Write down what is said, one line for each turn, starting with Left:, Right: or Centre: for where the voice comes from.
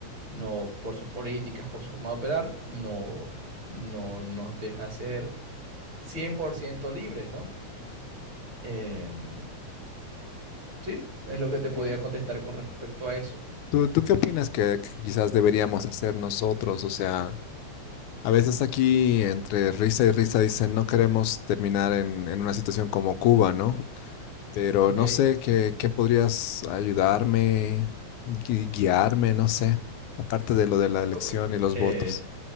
Right: no por sus políticas, por su forma de operar, no, no nos deja ser 100% libres, ¿no? Em, sí, es lo que te podía
Left: Y
Right: contestar con respecto a eso.
Left: ¿Tú, tú qué opinas que que quizás deberíamos hacer nosotros? O sea, a veces aquí entre risa y risa dicen no queremos terminar en, en una situación como Cuba, ¿no? Pero
Right: Ok.
Left: no sé qué, qué podrías ayudarme, gui- guiarme, no sé, aparte de lo de la elección
Right: Co-
Left: y los
Right: eh,
Left: votos.